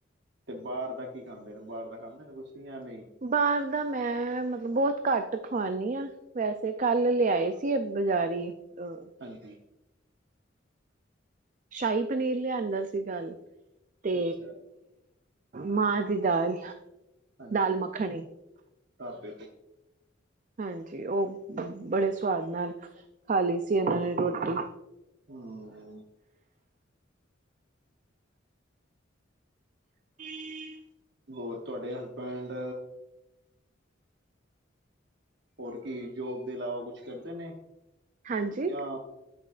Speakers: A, on the right; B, on the right.
A: ਬਾਹਰ ਦਾ ਕੀ ਖਾਂਦੇ ਨੇ ਬਾਹਰ ਦਾ ਖਾਂਦੇ ਨੇ ਕੁਛ ਜਾਂ ਨਹੀਂ
B: ਬਾਹਰ ਦਾ ਮੈਂ ਮਤਲਬ ਬਹੁਤ ਘੱਟ ਖਵਾਉਣੀ ਆ। <inaudible> ਵੈਸੇ ਕੱਲ ਲਿਆਏ ਸੀ ਬਜ਼ਾਰੀ ਅ
A: ਹਾਂਜੀ
B: ਸ਼ਾਹੀ ਪਨੀਰ ਲਿਆਂਦਾ ਸੀ ਕਲ ਤੇ
A: ਅੱਛਾ
B: ਮਾਂ ਦੀ ਦਾਲ
A: ਹਾਂਜੀ
B: ਦਾਲ ਮੱਖਣੀ
A: ਢਾਬੇ ਤੋ
B: ਹਾਂਜੀ ਉਹ ਬੜੇ ਸਵਾਦ ਨਾਲ ਖਾ ਲਈ ਸੀ। ਇਹਨਾਂ ਨੇ ਰੋਟੀ
A: ਹਮ
B: <inaudible>
A: ਹੋਰ ਤੁਹਾਡੇ ਹਸਬੈਂਡ ਹੋਰ ਕੀ ਜੋਬ ਦੇ ਇਲਾਵਾ ਕੁਛ ਕਰਦੇ ਨੇ
B: ਹਾਂਜੀ
A: ਜਾਂ